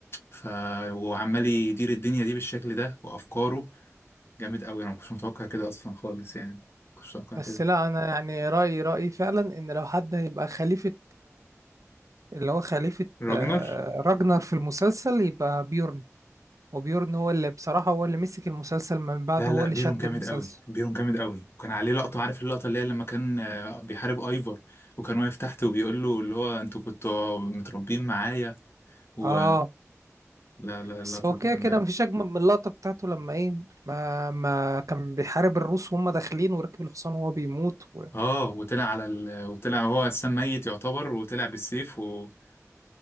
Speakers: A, on the left (about 50°); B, on the right (about 80°).
A: ف وعمال يدير الدنيا دي بالشكل ده وافكاره جامد قوي انا ما كنتش متوقع كده اصلا خالص يعني ما كنتش متوقع
B: بس
A: كده
B: لا انا يعني رأيي رأيي فعلا ان لو حد هيبقى خليفة اللي هو خليفة
A: راجنر
B: آه، راجنر في المسلسل يبقى بيورن وبيورن هو اللي بصراحة هو اللي مسك المسلسل من بعده
A: لا لا
B: هو اللي
A: بيرون
B: شد
A: جامد
B: المسلسل
A: قوي بيرون جامد قوي وكان عليه لقطه عارف اللقطه اللي هي لما كان آه، بيحارب ايفر وكان واقف تحت وبيقول له اللي هو انتوا كنتوا متربيين معايا و
B: اه
A: لا لا اللقطه
B: بس هو كده
A: دي جامده
B: كده مفيش أجمل من اللقطة بتاعته لما إيه ما, ما كان بيحارب الروس وهم داخلين وركب الحصان وهو بيموت و...
A: اه وطلع على ال... وطلع هو السام ميت يعتبر وطلع بالسيف وكانت